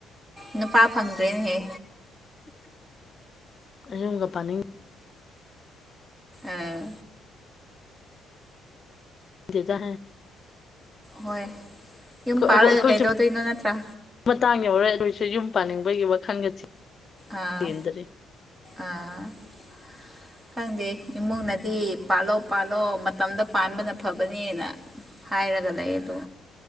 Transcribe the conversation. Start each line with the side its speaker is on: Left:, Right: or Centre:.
Right: ꯅꯨꯄꯥ ꯐꯪꯗ꯭ꯔꯦꯅꯦꯍꯦ
Left: ꯌꯨꯝꯒ ꯄꯥꯅꯤꯡ
Right: ꯑꯥ
Left: ꯈꯪꯗꯦꯗ
Right: ꯍꯣꯏ ꯌꯨꯝ ꯄꯥꯜꯂꯒ
Left: ꯑꯩꯈꯣꯏꯁꯨ
Right: ꯀꯩꯗꯧꯗꯣꯏꯅꯣ ꯅꯠꯇ꯭ꯔꯥ
Left: ꯃꯇꯥꯡ ꯌꯥꯎꯔꯦ ꯑꯩꯈꯣꯏꯁꯨ ꯌꯨꯝ ꯄꯥꯅꯤꯡꯕꯒꯤ ꯋꯥꯈꯟꯒ ꯆ‌ꯦꯟꯗ꯭ꯔꯤ
Right: ꯑꯥ ꯑꯥ <unintelligible> ꯈꯪꯗꯦ ꯏꯃꯨꯡꯅꯗꯤ ꯄꯥꯜꯂꯣ ꯄꯥꯜꯂꯣ ꯃꯇꯝꯗ ꯄꯥꯟꯕꯅ ꯐꯕꯅꯦꯅ ꯍꯥꯏꯔꯒ ꯂꯩ ꯑꯗꯣ